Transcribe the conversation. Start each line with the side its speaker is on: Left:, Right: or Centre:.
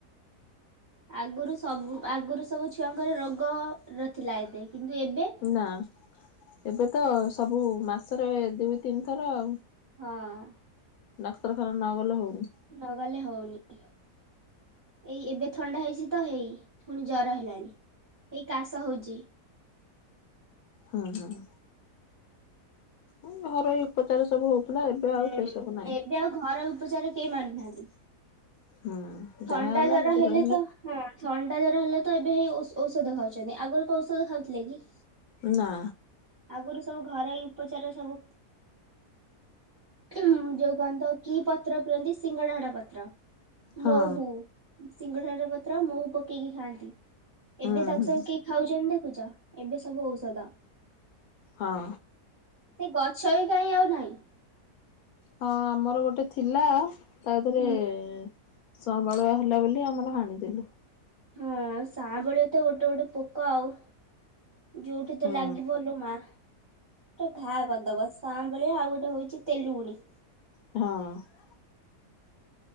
Right: ଆଗରୁ ସବୁ ଆଗରୁ ସବୁ ଛୁଆଙ୍କର ରୋଗ ନ ଥିଲା ଏତେ କିନ୍ତୁ ଏବେ
Left: ନା ଏବେ ତ ସବୁ ମାସରେ ଦୁଇ ତିନି ଥର ଆଉ
Right: ହଁ।
Left: ଡାକ୍ତରଖାନା ନ ଗଲେ ହଉନି।
Right: ନ ଗଲେ ହଉନି ଏଇ ଏବେ ଥଣ୍ଡା ହେଇଛି ତ ହେଇ ପୁଣି ଜର ହେଲାଣି ଏଇ କାଶ ହଉଚି।
Left: ହୁଁ ହୁଁ। ହଁ ଘରୋଇ ଉପଚାର ସବୁ ହଉଥିଲା ଏବେ
Right: ହୁଁ
Left: ଆଉ ସେ ସବୁ ନାହିଁ।
Right: ଏବେ ଆଉ ଘରେଇ ଉପଚାର କେହି ମାନୁନାନ୍ତି।
Left: ହୁଁ।
Right: ଥଣ୍ଡା
Left: ଯାହା ହେଲା
Right: ଜର
Left: ମେଡିକାଲ
Right: ହେଲେ ତ ହଁ ଥଣ୍ଡା ଜର ହେଲେ ତ ଏବେ ହେଇ ଔଷ ଔଷଧ ଖାଉଛନ୍ତି ଆଗରୁ କଣ ଔଷଧ ଖାଉଥିଲେ କି?
Left: ନାଁ।
Right: ଆଗୁରୁ ସବୁ ଘରୋଇ ଉପଚାର ସବୁ ଉଁ ଯୋଉ କଣତ କି ପତ୍ର ପିିଅନ୍ତି ସିଙ୍ଗଡା ହାଡ ପତ୍ର।
Left: ହଁ
Right: ମହୁ ସିଙ୍ଗଡ଼ା ହାର ପତ୍ର ମହୁ ପକେଇକି ଖାଆନ୍ତି
Left: ହୁଁ
Right: ଏବେ ତାକୁ
Left: ହୁଁ।
Right: ସବୁ କେହି ଖାଉଛନ୍ତି ଦେଖୁଛ ଏବେ ସବୁ ଔଷଦ।
Left: ହଁ।
Right: ସେ ଗଛ ବି କାଇଁ ଆଉ ନାହିଁ।
Left: ହଁ ଆମର ଗୋଟେ ଥିଲା ତା ଧେରେ
Right: ହୁଁ
Left: ଏ ସଁବାଳୁଆ ହେଲା ବୋଲି ଆମର ହାଣିଦେଲୁ।
Right: ହଁ ସାଆଁ ବାଳୁଆ ତ ଗୋଟେ ଗୋଟେ ପୋକ ଆଉ। ଯୋଉଠି ତ
Left: ହୁଁ।
Right: ଲାଗିବ ଲୋ ମା ପୁରା ଘା କରିଦବ ସାଁ ବାଳିଆ ଆଉ ଗୋଟେ ହଉଛି ତେଲୁଗୁଣି।
Left: ହଁ।